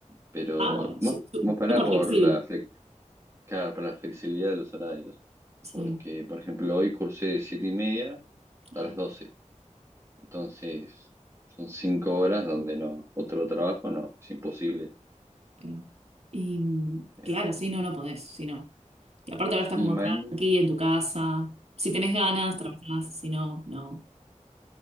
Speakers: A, on the right; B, on the right.
A: pero
B: Ah, bueno,
A: más,
B: su- su-
A: más para
B: súper
A: nada por
B: flexible.
A: la flex, claro, por la flexibilidad de los horarios,
B: Sí.
A: porque, por ejemplo, hoy cursé de siete y media a
B: Ay,
A: las doce entonces son cinco horas donde no, otro trabajo no, es imposible.
B: claro. Y mm,
A: Eh,
B: claro, sí, no, no podés, si no. Y aparte ahora estás
A: y,
B: como
A: mañana
B: tranqui en tu casa. Si tenés ganas, trabajás, si no, no.